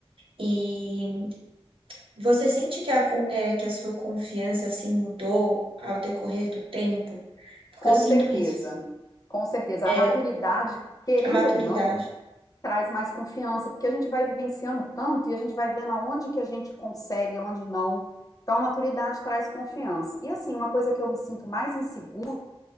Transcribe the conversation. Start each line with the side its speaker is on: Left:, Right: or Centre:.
Right: E você sente que a, con- é, que a sua confiança, assim, mudou ao decorrer do tempo? Porque
Left: Com
Right: eu sinto
Left: certeza.
Right: isso, assim.
Left: Com certeza.
Right: É,
Left: A maturidade, querendo
Right: a maturidade.
Left: ou não, traz mais confiança, porque a gente vai vivenciando tanto e a gente vai vendo aonde que a gente consegue, aonde não. Então, a maturidade traz confiança. E assim, uma coisa que eu me sinto mais insegura,